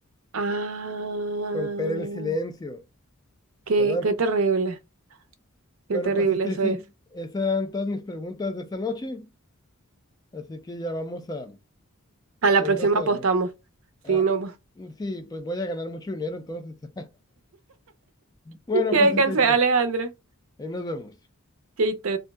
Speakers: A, on the right (about 65°); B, on the left (about 15°).
A: Ah,
B: Romper el silencio,
A: qué,
B: ¿verdad?
A: qué terrible,
B: Bueno,
A: qué terrible
B: pues Stacy,
A: eso es.
B: esas eran todas mis preguntas de esta noche. Así que ya vamos a,
A: A la
B: a
A: próxima
B: irnos a
A: apostamos.
B: dormir. Ah,
A: Sí, no.
B: sí, pues voy a ganar mucho dinero entonces. <laughs> Bueno,
A: <laughs> Que
B: pues
A: descanse,
B: Stacy,
A: Alejandra.
B: ahí nos vemos.
A: Chaito.